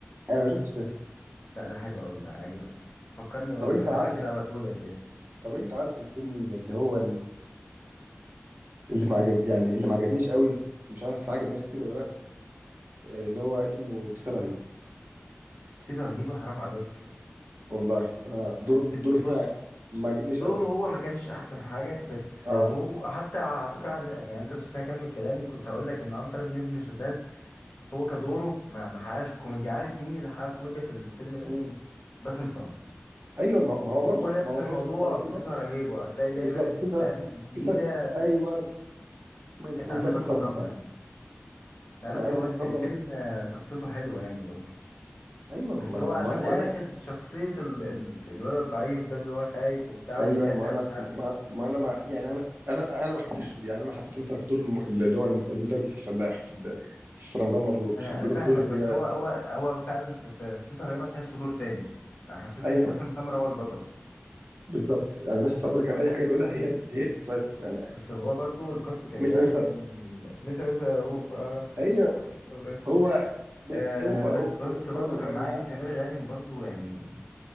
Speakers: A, on the right; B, on the left.
A: أنا ما شفتش ده
B: لا ده حلو قوي ده هيعجبك فكرني بقى
A: طب أنت
B: في الآخر
A: عارف
B: كده ابعتهولك يعني
A: طب أنت عارف الفيلم اللي هو اللي ما عجب يعني اللي ما عجبنيش قوي مش عارف عجب ناس كتير ولا لا اللي هو اسمه تيتا رهيب
B: تيتا رهيبة حرام عليك
A: والله انا دور
B: لا، تيتا-
A: دوره فيه
B: بص
A: ما ما عجبنيش
B: دوره
A: قوي
B: هو ما كانش أحسن حاجة بس
A: اه
B: هو حتى على فكرة عن- يعني أنت سبتني أكمل كلامي كنت هقول لك إن عنتر ابن ابن شداد هو كدوره ما ما حققش كوميديا عارف مين اللي حقق كوميديا في الفيلم ده
A: امم
B: باسم سمرة
A: ايوه ما ما هو
B: هو
A: برضو
B: نفس
A: ما هو
B: الموضوع
A: برضو تيتا رهيبه
B: في تيتة رهيبة هتلاقي دايما
A: بالظبط
B: الإفيهات
A: تيتا
B: التقيلة
A: تيتا ايوه من
B: كانت
A: من
B: عند
A: باسم
B: باسم
A: سمره
B: سمرة
A: فعلا
B: يعني لا بس
A: مع ان
B: هو
A: باسم
B: الف...
A: سمره
B: الفيلم
A: مش...
B: آه، قصته حلوة يعني برضه
A: ايوه
B: بس
A: ما انا
B: هو عشان
A: ما انا بقول
B: آخد
A: لك
B: شخصية ال... ال... الولد الضعيف ده اللي هو خايف وبتاع وبيتأتأ
A: ايوه ما انا
B: ومش عارف
A: ما,
B: ايه
A: ما انا ما يعني انا انا انا ما حبيتش يعني انا حبيته مثلا في دور الم... اللي هو الم- المدرس الفلاح في ال... في رمضان مبروك
B: أنا
A: حبيته
B: أنا فاهمك
A: في دور ال...
B: بس هو هو هو فعلا في في, في تيتة رهيبة تحسه دور تاني أنا حسيت
A: ايوه
B: إن باسم سمرة هو البطل
A: بالظبط يعني باسم سمره كان اي حاجه بيقولها هي هي اللي بتسيطر يعني
B: بس هو برضه الكاست كان
A: مثل
B: جامد
A: مثل
B: يعني ميسا ميسا رؤوف اه
A: ايوه
B: إبراهيم
A: هو ب-
B: آه
A: هو
B: بس
A: هو
B: بس
A: هو باسم سمره
B: برضه
A: اللي
B: كان
A: كان
B: معاه
A: معاه
B: إيمي سمير غانم برضه يعني